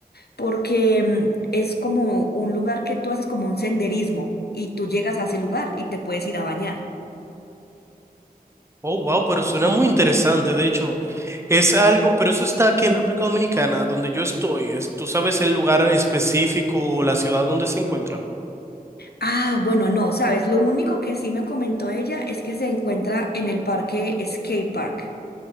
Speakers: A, on the left (about 85°); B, on the right (about 15°).
A: porque mm, es como un lugar que tú haces como un senderismo y tú llegas a ese lugar y te puedes ir a bañar.
B: Oh, wow, pero suena muy interesante. De hecho, es algo, pero eso está aquí en República Dominicana, donde yo estoy. Es- ¿tú sabes el lugar específico o la ciudad donde se encuentra?
A: Ah, bueno, no, sabes, lo único que sí me comentó ella es que se encuentra en el parque Skate Park.